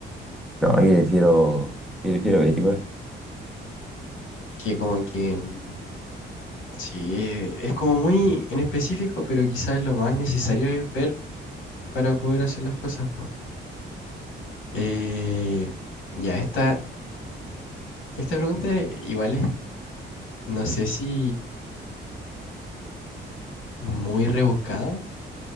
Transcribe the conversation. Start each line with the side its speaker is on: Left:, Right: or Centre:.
Centre: yo prefiero, yo prefiero ver igual.
Left: Es que como que, mm, sí, eh, es como muy en específico, pero quizás lo más necesario es ver para poder hacer las cosas. po. Eh, ya, esta, esta pregunta igual es, no sé si muy rebuscada,